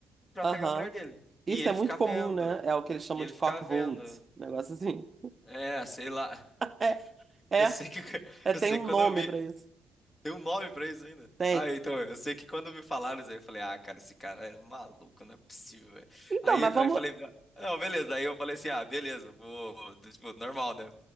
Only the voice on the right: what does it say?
aham.
Isso
é muito
comum,
né? É o que eles chamam
de
cockhold,
negócio assim.
É,
é,
é,
tem
um
nome
pra isso.
Tem.
Então,
mas vamos.